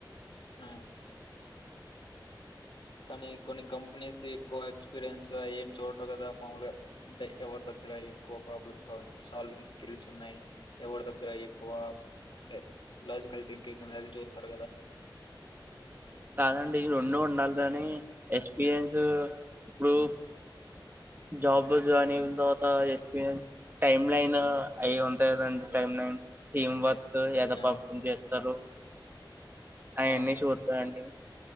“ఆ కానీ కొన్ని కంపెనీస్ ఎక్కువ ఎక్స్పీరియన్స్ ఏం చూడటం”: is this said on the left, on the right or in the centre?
Left